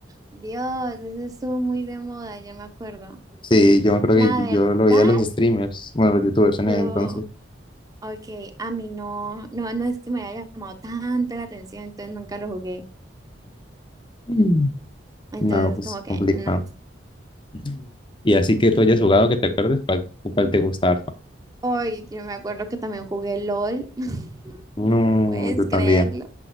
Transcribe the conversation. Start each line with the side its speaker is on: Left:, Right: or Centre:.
Right: Dios, eso estuvo muy de moda, ya me acuerdo.
Left: Sí, yo creo
Right: La
Left: que yo,
Right: verdad,
Left: yo lo veía a los streamers, bueno, los youtubers en
Right: yo,
Left: ese entonces.
Right: ok, a mí no, no, no es que me haya llamado tanto la atención, entonces nunca lo jugué.
Left: Mm.
Right: Entonces,
Left: No, pues
Right: como que,
Left: complicado.
Right: no.
Left: <laughs> Y así que tú hayas jugado, que te acuerdes, ¿cuál, cuál te gusta harto?
Right: Hoy, yo me acuerdo que también jugué LOL. <laughs>
Left: No,
Right: ¿Puedes
Left: yo también.
Right: creerlo?